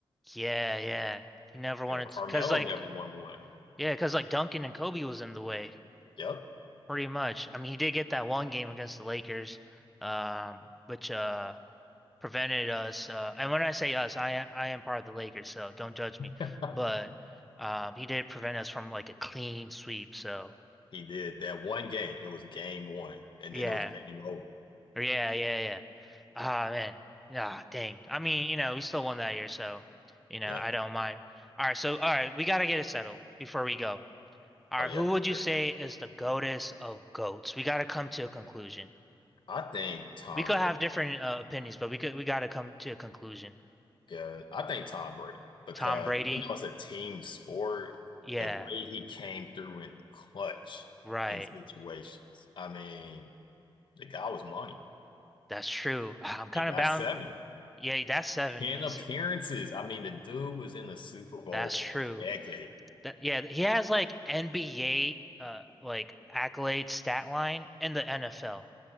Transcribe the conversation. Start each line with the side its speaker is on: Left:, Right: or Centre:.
Centre: yeah, yeah. He never wanted
Left: Yeah, Carmelo
Centre: to because like
Left: never
Centre: uh,
Left: won one.
Centre: Yeah, because like Duncan and Kobe was in the way
Left: Yep.
Centre: pretty much. I mean, he did get that one game against the Lakers, um, which uh prevented us. Uh, and when I say us, I am, I am part of the Lakers, so don't judge me.
Left: <laughs>
Centre: But um, he did prevent us from like a clean sweep. So
Left: He did that one game. It was game one, and
Centre: yeah,
Left: then it was game over.
Centre: yeah, yeah, yeah. Ah man, ah dang. I mean, you know, we still won that year, so you know,
Left: Yeah.
Centre: I don't mind. All right, so all right, we got to get it settled before we go. All
Left: Oh
Centre: right,
Left: yeah,
Centre: who
Left: for
Centre: would
Left: sure.
Centre: you say is the goatess of goats? We got to come to a conclusion.
Left: I think Tom
Centre: We could
Left: Brady.
Centre: have different uh, opinions, but we could we got to come to a conclusion.
Left: Yeah, I think Tom Brady because
Centre: Tom Brady?
Left: even though it's a team sport,
Centre: Yeah,
Left: the way he came through in the clutch
Centre: right.
Left: in situations. I mean, the guy was money.
Centre: That's true. <sighs> I'm kind
Left: He got
Centre: of bound.
Left: seven,
Centre: Yeah, that's seven.
Left: ten
Centre: That's
Left: appearances. I mean, the dude was in the Super Bowl
Centre: that's
Left: for
Centre: true.
Left: a decade.
Centre: That yeah, he has like NBA uh like accolade stat line in the NFL.